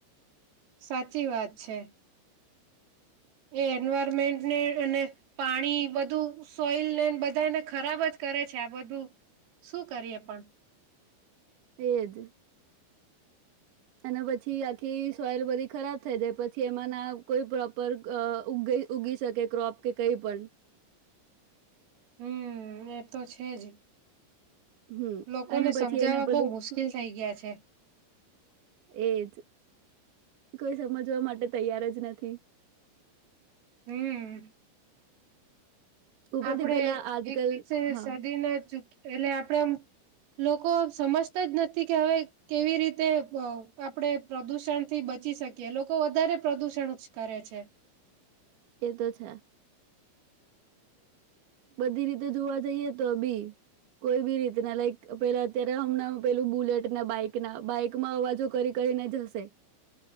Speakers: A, on the right; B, on the right.
A: સાચી વાત છે. એ એન્વાયરમેન્ટ ને અને પાણી બધું સોઈલ ને બધા એને ખરાબ જ કરે છે આ બધું. શું કરીએ પણ
B: એ જ અને પછી આખી સોયલ બધી ખરાબ થઈ જાય પછી એમાંના કોઈ પર ઉ ઉગી શકે ક્રોપ કે કઈ પણ
A: હમ એ તો છે જ
B: હમ
A: લોકોને
B: અને પછી
A: સમજાવવા
B: એને પેલું
A: બહુ મુશ્કેલ થઈ ગયા છે.
B: એજ કોઈ સમજવા માટે તૈયાર જ નથી
A: હમ
B: ઉપરથી
A: આપણે
B: પેલા આજકાલ
A: એકવી
B: હા
A: શદી ના ચ એટલે આપડે આમ લોકો સમજતા જ નથી કે હવે કેવી રીતે આપણેે પ્રદુષણથી બચી શકીએ લોકો વધારે પ્રદુષણ જ કરે છે.
B: એ તો છ બધી રીતે જોવા જઈએ તો બી કોઈ બી રીતના લાઈક પેલા અત્યારે હમણાં પેલું બુલેટ ને બાઈક ના બાઈકમાં અવાજો કરી કરીને જશે